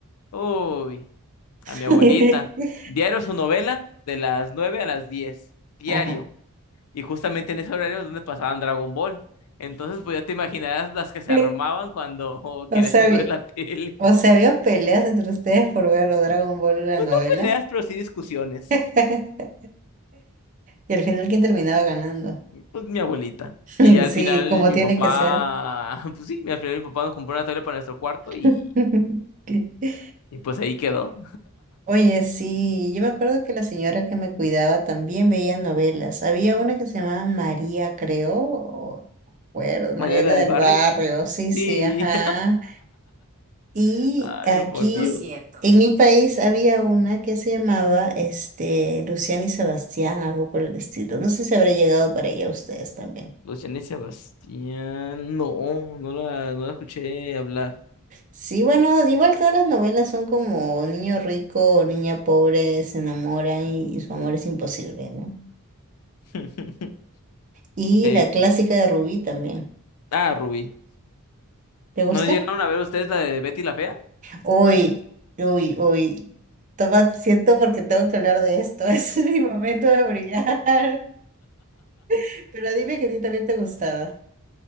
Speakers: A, on the left (about 85°); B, on the right (about 35°).
A: Uy,
B: <laughs>
A: a mi abuelita. Diario su novela de las nueve a las diez, Diario.
B: Ajá.
A: Y justamente en ese horario es donde pasaban Dragon Ball. Entonces, pues ya te imaginarás las que se
B: Sí.
A: armaban cuando oh, queríamos
B: O sea, había-
A: <laughs> ver la tele.
B: o sea, había peleas entre ustedes por ver o Dragon Ball o la
A: Pues
B: novela.
A: no peleas, pero sí discusiones.
B: <laughs> Y al final, ¿quién terminaba ganando?
A: Pues mi abuelita.
B: <laughs>
A: Y ya
B: Sí,
A: al final
B: como
A: mi
B: tiene
A: papá,
B: que ser.
A: <laughs> pues sí, al final mi papá nos compró una tele para nuestro cuarto y,
B: <laughs> Sí.
A: y pues ahí quedó.
B: Oye, sí, yo me acuerdo que la señora que me cuidaba también veía novelas. Había una que se llamaba María, creo, o- acuerdo, María
A: María era
B: era
A: del
B: del
A: barrio.
B: barrio, sí, sí,
A: Sí,
B: ajá. Y
A: <laughs>
B: Lo
A: ay,
B: aquí
A: por Dios.
B: en mi país había una que se llamaba este, Luciana y Sebastián, algo por el estilo. No sé si habrá llegado para allá ustedes también.
A: Luciana y Sebastián. No, no la, no la escuché hablar.
B: Sí, bueno, igual todas las novelas son como niño rico o niña pobre se enamoran y, y su amor es imposible, ¿no?
A: <laughs>
B: Y la
A: Eh,
B: clásica de Rubí también.
A: ah, Rubí.
B: ¿Te gusta?
A: ¿No llegaron a ver ustedes la de Betty la Fea?
B: Hoy, uy, uy. Toma, siento porque tengo que hablar de esto. <laughs> Ese Es mi momento de brillar. <laughs> Pero dime que a ti también te gustaba.